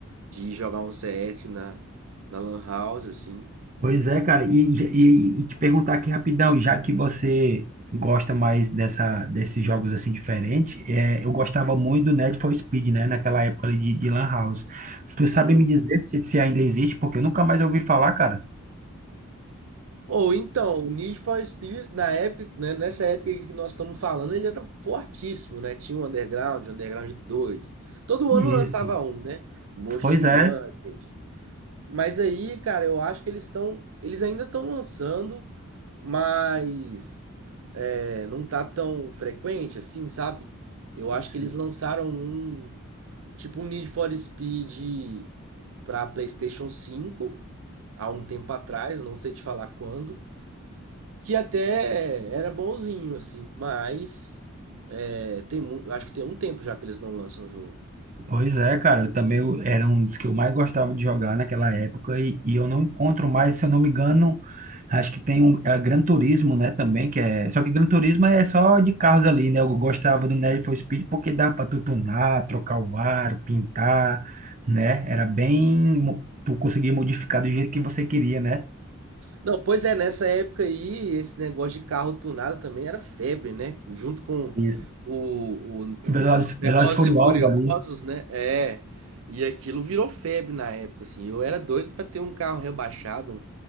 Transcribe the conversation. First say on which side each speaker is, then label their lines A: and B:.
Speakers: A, on the right; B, on the right.
A: de ir jogar um CS na, na lan house, assim.
B: Pois é, cara. E, e, e te perguntar aqui rapidão, já que você gosta mais dessa, desses jogos assim diferentes, é, eu gostava muito do Need for Speed, né? Naquela época ali de, de Lan House. Tu sabe
A: Uhum.
B: me dizer se, se ainda existe? Porque eu nunca mais ouvi falar, cara.
A: Ou então, o Need for Speed, na época, né, nessa época que nós estamos falando, ele era fortíssimo, né? Tinha o Underground, o Underground dois Todo
B: Isso.
A: ano lançava um, né? Most
B: Pois
A: Wanted.
B: é.
A: Mas aí, cara, eu acho que eles estão, eles ainda estão lançando, mas é, não tá tão frequente assim, sabe? Eu acho
B: Sim.
A: que eles lançaram um, tipo um Need for Speed pra PlayStation 5 há um tempo atrás, eu não sei te falar quando, que até era bonzinho assim, mas é, tem, mu- acho que tem um tempo já que eles não lançam o jogo.
B: Pois é, cara, eu também eu- era um dos que eu mais gostava de jogar naquela época e, e eu não encontro mais, se eu não me engano, acho que tem um é, Gran Turismo, né, também, que é, só que Gran Turismo é só de carros ali, né? Eu gostava do Need for Speed porque dá para tu tunar, trocar o aro, pintar, né? Era bem mo- tu conseguia modificar do jeito que você queria, né?
A: Não, pois é, nessa época aí, esse negócio de carro tunado também era febre, né? Junto com
B: Isso.
A: o, o,
B: Velozes,
A: o Velozes
B: Velozes e Furiosos
A: e Furiosos,
B: ali.
A: né? É. E aquilo virou febre na época, assim. Eu era doido pra ter um carro rebaixado,